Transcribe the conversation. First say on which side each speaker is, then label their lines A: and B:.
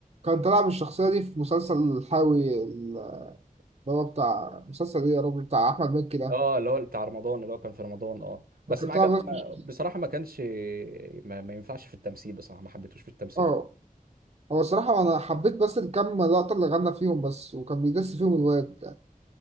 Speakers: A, on the right; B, on the right.
A: كان طلع بالشخصية دي في مسلسل الحاوي اللي هو بتاع مسلسل إيه يا رب بتاع أحمد مكي ده
B: اه اللي هو بتاع رمضان اللي هو كان في رمضان اه بس
A: هو كان
B: ما
A: طلع
B: عجب
A: بنفس-
B: ما بصراحة ما كانش ما, ما ينفعش في التمثيل بصراحة ما حبيتهوش في التمثيل
A: اه
B: خالص.
A: هو الصراحة أنا حبيت بس الكام لقطة اللي غنى فيهم بس وكان بيدس فيهم الواد